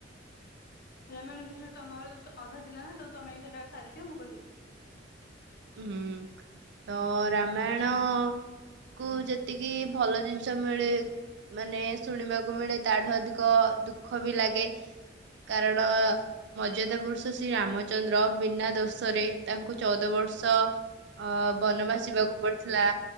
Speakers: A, on the left; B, on the right.
A: ରାମାୟଣ ବିଷୟରେ ତମର ଅଧା ଥିଲା ନା ତମେ ସେଟା ସାରିଦିଅ ମୁଁ କହିଦେବି।
B: ହୁଁ ତ ରାମାୟଣ। କୁ ଯେତିକି ଭଲ ଜିନିଷ ମିଳେ। ମାନେ ଶୁଣିବାକୁ ମିଳେ ତାଠୁ ଅଧିକ ଦୁଃଖ ବି ଲାଗେ। କାରଣ ମର୍ଯ୍ୟାଦା ପୁରୁଷ ଶ୍ରୀ ରାମଚନ୍ଦ୍ର ବିନା ଦୋଷରେ ତାଙ୍କୁ ଚଉଦ ବର୍ଷ ତ ଅ ବନବାସ ଯିବାକୁ ପଡିଥିଲା।